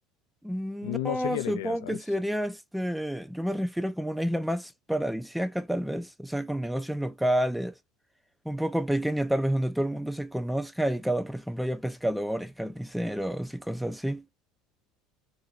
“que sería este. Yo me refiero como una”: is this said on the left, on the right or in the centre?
Centre